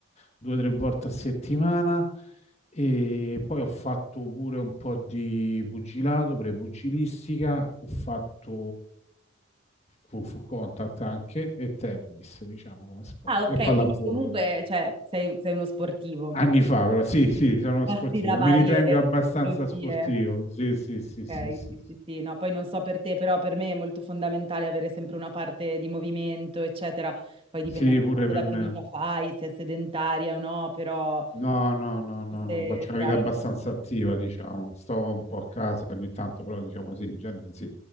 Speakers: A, on the left; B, on the right.
A: due o tre volte a settimana e poi ho fatto pure un po' di pugilato, prepugilistica, ho fatto full full contact anche e tennis, diciamo come sport,
B: Ah, ok,
A: e pallavolo
B: quindi comunque, cioè, sei, sei uno sportivo.
A: Anni fa, però sì, sì, sono
B: Passi
A: sportivo.
B: da varie
A: Mi ritengo abbastanza
B: tipologie.
A: sportivo. Sì, sì, sì,
B: Okay,
A: sì, sì.
B: sì, sì, sì. No, poi non so per te, però per me è molto fondamentale avere sempre una parte di movimento, eccetera. Poi dipende
A: Sì,
B: anche
A: pure
B: tanto
A: per
B: da che
A: me.
B: vita fai, se è sedentaria o no, però
A: No, no, no, no,
B: se,
A: no, faccio una
B: se
A: vita
B: hai...
A: abbastanza attiva, diciamo. Sto un po' a casa ogni tanto, però diciamo sì, in genere sì.